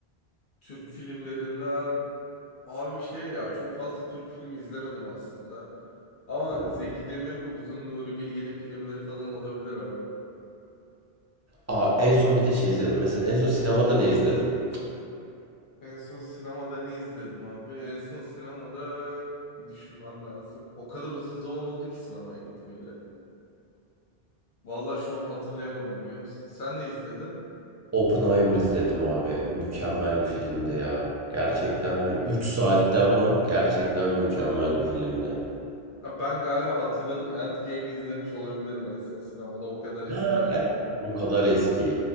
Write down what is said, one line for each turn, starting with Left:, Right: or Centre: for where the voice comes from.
Left: Türk filmlerinden abi şey ya çok fazla Türk filmi izlemedim aslında. Ama
Right: Hmm.
Left: Zeki Demirkubuz'un, Nuri Bilge'nin filmleri falan olabilir abi.
Right: Aa, en son bir de şey izledim. Mesela en son sinemada ne izledin?
Left: En son sinemada ne izledim abi? En son sinemada bir düşünmem lazım. O kadar uzun zaman oldu ki sinemaya gitmeyeli. Vallahi şu an hatırlayamadım biliyor musun? Sen ne izledin?
Right: Oppenheimer izledim abi. Mükemmel bir filmdi ya. Gerçekten hani 3 saatte ama gerçekten mükemmel bir filmdi.
Left: Ha, Ben galiba hatırladım. Endgame'i izlemiş olabilirim en son sinemada. O kadar eski
Right: Ha,
Left: yani
Right: ben-
Left: benim gidişim.
Right: O kadar eski.